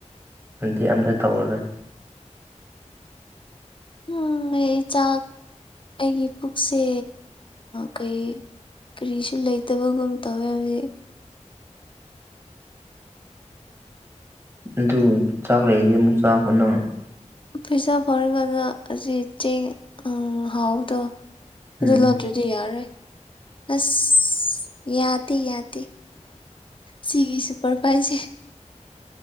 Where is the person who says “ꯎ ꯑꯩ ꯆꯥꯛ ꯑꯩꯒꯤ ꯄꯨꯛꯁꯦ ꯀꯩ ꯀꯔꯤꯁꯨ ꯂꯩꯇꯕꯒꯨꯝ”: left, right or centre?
Left